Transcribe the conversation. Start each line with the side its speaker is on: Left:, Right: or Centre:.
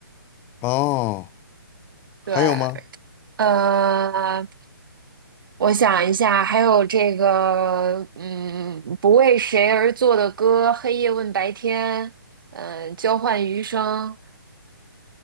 Left: 哦，还有吗？
Right: 对，呃，我想一下，还有这个，嗯，不为谁而作的歌，黑夜问白天，嗯，交换余生。